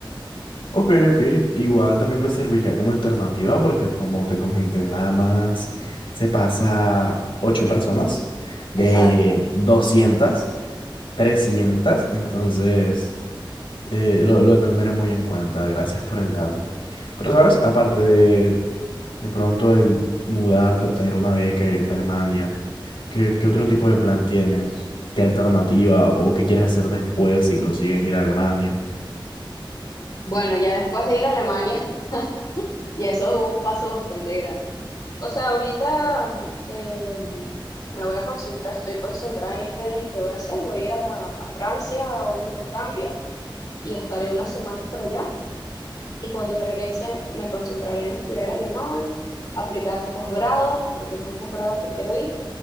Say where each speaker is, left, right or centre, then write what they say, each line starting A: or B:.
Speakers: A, on the left; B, on the left.
A: Ok, ok. Igual también me serviría como alternativa porque como te comenté, nada más se pasa ocho personas de
B: Exacto.
A: 200 trescientas Entonces, eh, lo, lo tendré muy en cuenta. Gracias por el dato. Pero, ¿sabes? Aparte de de pronto el mudarte, obtener una beca, irte a Alemania. ¿Qué, qué otro tipo de plan tienes? ¿Qué alternativa o qué quieres hacer después si consigues ir a Alemania?
B: Bueno, ya después de ir a Alemania, <laughs> ya eso es un paso bastante grande. O sea, ahorita mm, eh, me voy a concentrar, estoy concentrada en este viaje que voy a hacer. Voy a ir a, a Francia a un intercambio y estaré unas semanas por allá. Y cuando regrese, me concentraré en estudiar alemán, aplicar posgrado, porque es un posgrado que quiero ir,